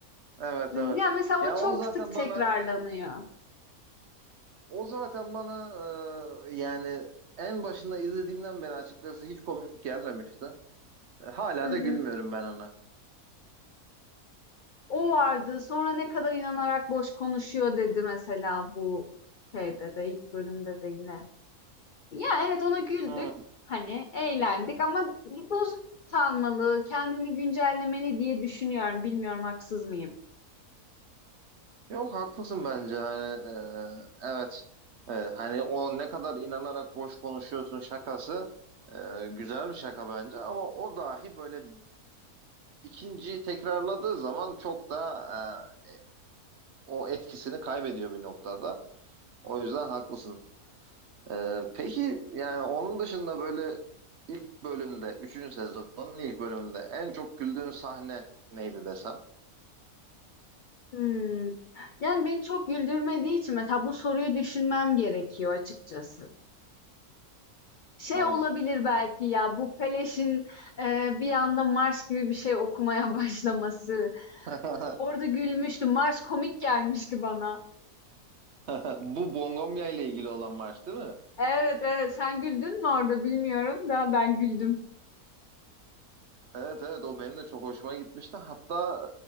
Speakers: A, on the right (about 55°); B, on the left (about 75°).
A: evet
B: Hmm,
A: evet.
B: Ya mesela
A: Ya
B: o çok
A: o zaten
B: sık
A: bana
B: tekrarlanıyor.
A: o zaten bana e, yani en başında izlediğimden beri açıkçası hiç komik gelmemişti. E, Hala
B: Hı hı.
A: da gülmüyorum ben ona.
B: O vardı. Sonra ne kadar inanarak boş konuşuyor dedi mesela bu şeyde de ilk bölümde de yine. Ya evet ona güldük.
A: Hmm.
B: Hani eğlendik ama bozuk kalmalı, kendini güncellemeli diye düşünüyorum. Bilmiyorum haksız mıyım?
A: Yok haklısın bence hani e, evet E, hani o ne kadar inanarak boş konuşuyorsun şakası e, güzel bir şaka bence ama o dahi böyle ikinciyi tekrarladığı zaman çok da e, o etkisini kaybediyor bir noktada. O yüzden haklısın. E, peki yani onun dışında böyle ilk bölümde üçüncü sezonun ilk bölümünde en çok güldüğün sahne neydi desem?
B: Hmm. Yani beni çok güldürmediği için mesela bu soruyu düşünmem gerekiyor açıkçası. Şey
A: Hmm.
B: olabilir belki ya bu Kaleş'in e, bir anda marş gibi bir şey okumaya <laughs> başlaması.
A: <laughs>
B: Orada gülmüştüm. Marş komik gelmişti bana.
A: <laughs> Bu Bongonya ile ilgili olan maç değil mi?
B: Evet evet sen güldün mü orada bilmiyorum da ben güldüm.
A: Evet evet o benim de çok hoşuma gitmişti. Hatta